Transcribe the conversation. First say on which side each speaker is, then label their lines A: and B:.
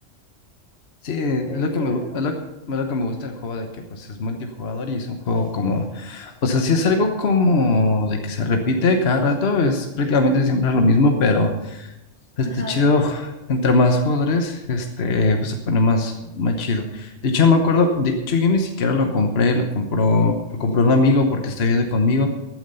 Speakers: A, on the left; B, on the left.
A: Sí, es
B: en
A: lo que
B: pie
A: me,
B: gana,
A: gu-
B: ¿no?
A: es lo, que es lo que me gusta del juego, de que pues es multijugador y es un juego como, o sea, sí es algo como de que se repite cada rato, es prácticamente siempre lo mismo, pero este
B: Ajá.
A: chido, entre más jugadores, este, pues se pone más, más chido. De hecho, me acuerdo, de hecho yo ni siquiera lo compré, lo compró, lo compró un amigo porque está viviendo conmigo.